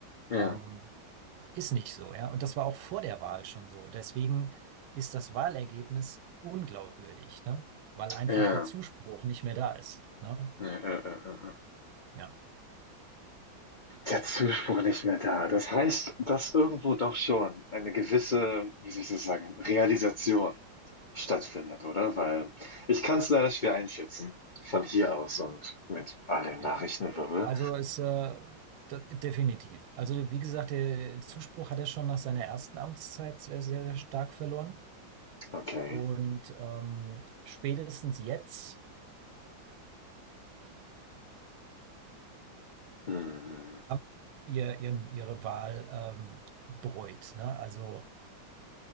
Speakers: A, on the left; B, on the right.
A: Ja,
B: ähm, ist nicht so, ja. Und das war auch vor der Wahl schon so. Deswegen ist das Wahlergebnis unglaubwürdig, ne? Weil einfach
A: ja.
B: der Zuspruch nicht mehr da ist, ne?
A: Ja, ja, ja, ja, ja. ja.
B: Ja.
A: der Zuspruch nicht mehr da. Das heißt, dass irgendwo doch schon eine gewisse, wie soll ich das sagen, Realisation stattfindet, oder? Weil ich kann es leider schwer einschätzen von hier aus und mit all dem
B: Jo,
A: Nachrichtenwirbel.
B: jo. Also ist äh, de- definitiv. Also wie gesagt, der Zuspruch hat er schon nach seiner ersten Amtszeit sehr, sehr, sehr stark verloren.
A: Okay.
B: Und ähm, spätestens jetzt
A: Hm.
B: haben ihr, ihren, ihre Wahl ähm, bereut. Ne? Also,